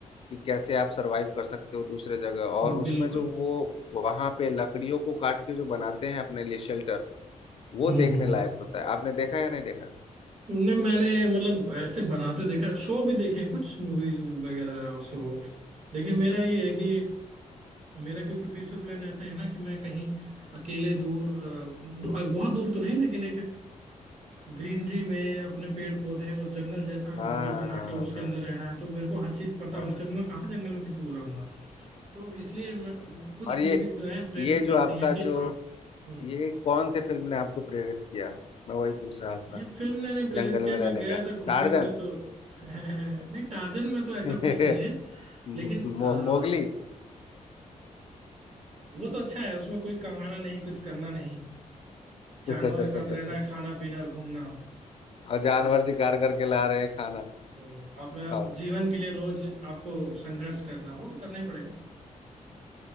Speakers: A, on the left; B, on the right.
A: कि कैसे आप सर्वाइव कर सकते हो दूसरे जगह और
B: हम्म,
A: उसमें
B: बिल्कुल
A: जो वो वहां पे लकड़ियों को काट के जो बनाते हैं अपने लिए शेल्टर वो
B: हम्म
A: देखने
B: हम्म
A: लायक होता है आपने देखा या नहीं देखा
B: नहीं मैंने मतलब ऐसे बनाते देखा शो भी देखे हैं कुछ मूवीज वगैरह और शो लेकिन मेरा ये है कि मेरा क्योंकि फ्यूचर प्लान ऐसा है ना कि मैं कहीं अकेले दूर अ, दू- अ, बहुत दूर तो नहीं लेकिन एक ग्रीनरी में अपने पेड़ पौधे और जंगल जैसा
A: हाँ
B: माहौल बना
A: हाँ हाँ
B: के उसके
A: हाँ
B: अंदर रहना है तो मेरे को हर चीज पता
A: हाँ
B: होनी
A: हाँ
B: चाहिए
A: हाँ।
B: मैं कहाँ जंगल में किसी को बुलाऊंगा तो इसलिए मैं, कुछ
A: और ये
B: मूवीज जो है प्रेरित
A: ये
B: करती
A: जो आपका
B: हैं कि
A: जो
B: आप हम्म,
A: ये कौन से फिल्म ने आपको प्रेरित किया मैं वही पूछ रहा था
B: ये फिल्म ने नहीं प्रेरित
A: जंगल
B: किया
A: में
B: मैं
A: रहने
B: गया
A: का
B: था घूमने
A: टार्जन
B: उमने तो <laughs> नहीं टार्जन में तो ऐसा
A: <laughs>
B: कुछ नहीं है लेकिन
A: मो,
B: आ,
A: मोगली
B: वो तो अच्छा है उसमें कोई कमाना नहीं कुछ करना नहीं जानवरों
A: <laughs>
B: के साथ रहना है खाना पीना और घूमना
A: और जानवर
B: और
A: शिकार करके ला रहे हैं खाना
B: अ, अपना
A: खाओ
B: जीवन के लिए रोज आपको संघर्ष करना वो तो करना ही पड़ेगा